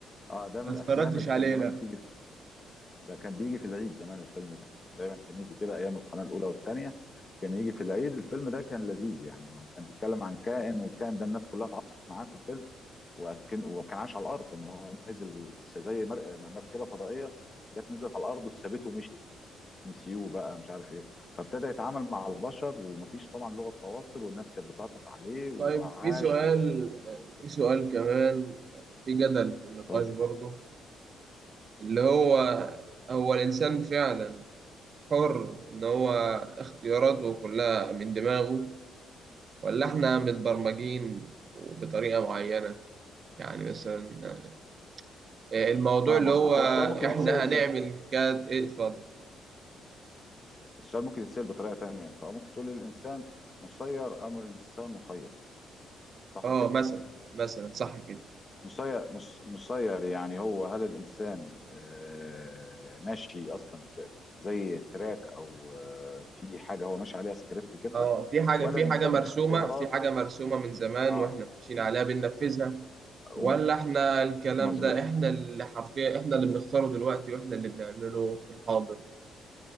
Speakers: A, on the left; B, on the right.
A: اه ده من
B: ما
A: الافلام
B: اتفرجتش
A: اللي
B: عليه
A: كانت زمان
B: لا
A: بتيجي في... لا، كان بيجي في العيد زمان الفيلم ده دايما كان يجي كده ايام القناه الاولى والثانيه كان يجي في العيد الفيلم ده كان لذيذ يعني هو كان بيتكلم عن كائن وكان ده الناس كلها اتعاطفت معاه في الفيلم وكان وكان عايش على الارض ان هو نزل زي مر... مركبه فضائيه جت نزلت على الارض وسابته ومشيت نسيوه بقى مش عارف ايه فابتدى يتعامل مع البشر ومفيش طبعا لغه تواصل والناس كانت بتعطف عليه وعاش
B: طيب في سؤال
A: و... و...
B: في سؤال كمان في جدل في النقاش
A: اتفضل
B: برضه اللي هو هو الإنسان فعلا حر إن هو اختياراته كلها من دماغه ولا إحنا متبرمجين بطريقة معينة يعني مثلا الموضوع
A: فاهم
B: اللي
A: قصدك
B: هو
A: هو السؤال ممكن
B: إحنا
A: يتسال
B: هنعمل كذا إيه، اتفضل
A: السؤال ممكن يتسال بطريقه تانية انت ممكن تقول الانسان مسير ام الانسان مخير صح
B: اه
A: كده
B: مثلا مثلا صح كده
A: مسير مس... مسير يعني هو هل الانسان آه، ماشي اصلا في زي تراك او آه، في حاجه هو ماشي عليها سكريبت كده
B: اه في حاجة
A: ولا
B: في
A: الانسان
B: حاجة مرسومة
A: باختياراته
B: في حاجة مرسومة من زمان
A: اه
B: وإحنا ماشيين عليها بننفذها ولا
A: و-
B: احنا الكلام
A: مظبوط
B: ده احنا اللي حرفيا احنا اللي بنختاره دلوقتي واحنا اللي بنعمله في الحاضر